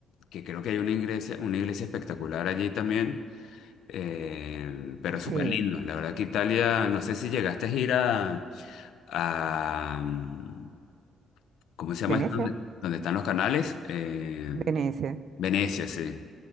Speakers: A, on the left; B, on the right.
A: que creo que hay una iglesia, una iglesia espectacular allí también, em, pero súper
B: Sí.
A: lindo. La verdad que Italia, no sé si llegaste a ir a, a, mm, ¿cómo se llama
B: Venecia.
A: esto? Donde, donde están los canales, Em,
B: Venecia.
A: Venecia, sí,